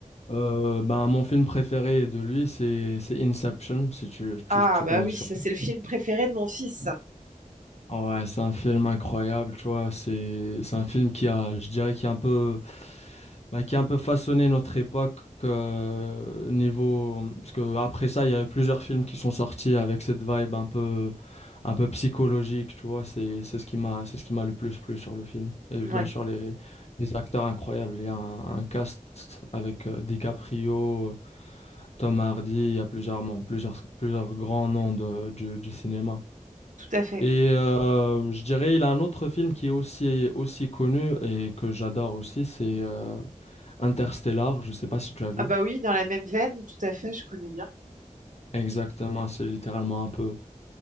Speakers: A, on the left; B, on the right.
A: Euh, ben, mon film préféré de lui, c'est c'est Inception, si tu, tu,
B: Ah,
A: tu connais
B: bah oui,
A: sûrement.
B: ça, c'est le film préféré de mon fils. ça.
A: Ah Ouais, c'est un film incroyable, tu vois. C'est c'est un film qui a, je dirais, qui a un peu, ben, qui a un peu façonné notre époque euh, niveau. Parce que après ça, il y a eu plusieurs films qui sont sortis avec cette vibe un peu, un peu psychologique, tu vois. C'est c'est ce qui m'a, c'est ce qui m'a le plus plu sur le film. Et
B: Ouais,
A: bien sûr, les, les acteurs incroyables. Il y a un, un cast avec euh, DiCaprio. Tom Hardy, il y a plusieurs, noms, plusieurs, plusieurs grands noms de- du, du cinéma.
B: tout à fait.
A: Et euh, je dirais, il a un autre film qui est aussi, aussi connu et que j'adore aussi, c'est euh, Interstellar. Je ne sais pas si tu as vu.
B: Ah bah oui, dans la même veine, tout à fait, je connais bien.
A: Exactement, c'est littéralement un peu